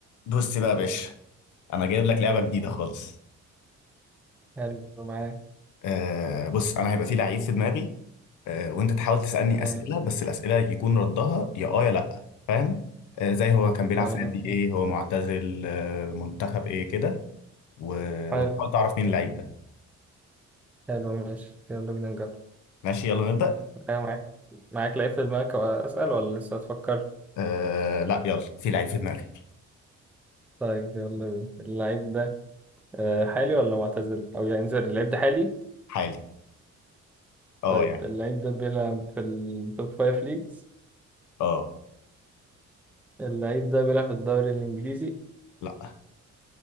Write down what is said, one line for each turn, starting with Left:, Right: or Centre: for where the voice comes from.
Left: بص بقى يا باشا انا جايب لك لعبه جديده
Centre: مم.
Left: خالص
Centre: حلو معاك
Left: آه بص انا هيبقى في لعيب في دماغي آه وانت تحاول تسالني
Centre: ماشي
Left: اسئله بس الاسئله يكون ردها يا اه يا لا فاهم آه زي هو كان بيلعب
Centre: تمام
Left: في نادي ايه هو معتزل آه منتخب ايه كده و...
Centre: حلو
Left: وتحاول تعرف مين اللعيب ده
Centre: حلو ماشي يلا بينا نجرب
Left: ماشي يلا نبدا
Centre: أيوة معاك معاك لعيب في دماغك أسأل ولا لسه هتفكر؟
Left: آه لا يلا في لعيب في دماغي
Centre: طيب يلا بينا اللعيب ده آه، حالي ولا معتزل؟ أو يعني سوري اللعيب ده حالي؟
Left: حالي اه
Centre: طيب
Left: يعني
Centre: اللعيب ده بيلعب في التوب فايف ليجز
Left: اه
Centre: اللعيب ده بيلعب في الدوري الإنجليزي
Left: لا